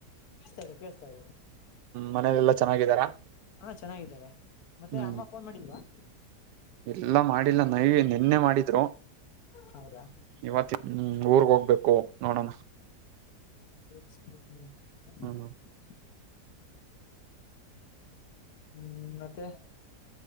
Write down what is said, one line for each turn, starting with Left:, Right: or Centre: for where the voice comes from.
Left: ಕೇಳ್ತಾ ಇ್ದ ಕೇೇಳಸ್ತಾ ಇ್ದದೆ
Right: ಮನೇಲೆಲ್ಲಾ ಚೆನ್ನಾಗಿದಾರಾ
Left: ಹಾ ಚೆನ್ನಾಗಿದ್ದಾರೆ ಮತ್ತೆ
Right: ಹ್ಮ್
Left: ಅಮ್ಮ ಫೋನ್ ಮಾಡಿದ್ವಾ
Right: ಎಲ್ಲ ಮಾಡಿಲ್ಲ ನೈ ನಿೆನ್ನೆ ಮಾಡಿದ್ರು
Left: ಹೌದಾ
Right: ಇವತ್ತ ಹ್ಮ್ ಊರ್ಗ್ ಹೋಗ್ಬೇಕು ನೋಡೋಣ
Left: ್ಮ
Right: ಹ್ಮ್
Left: ಹ್ಮ್ ಮತ್ತೆ